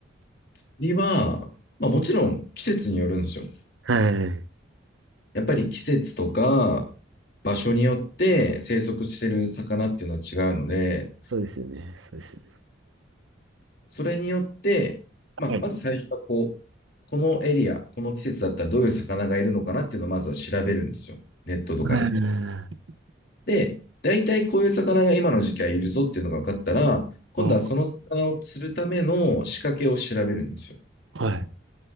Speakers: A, on the left; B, on the right.
A: 釣りは、まあもちろん季節によるんですよ。
B: はい。
A: やっぱり季節とか、場所によって生息してる魚っていうのは違うので、
B: そうですよね。そうですよ
A: それによって、まあ、
B: ね。
A: まず最初はこう、このエリア、この季節だったらどういう魚がいるのかなっていうのをまずは調べるんですよ。ネットとかで。
B: ええ
A: で、大体こういう魚が今の時期はいるぞっていうのが分かったら、今度はその魚を釣るための仕掛けを調べるんですよ。
B: あ、はい。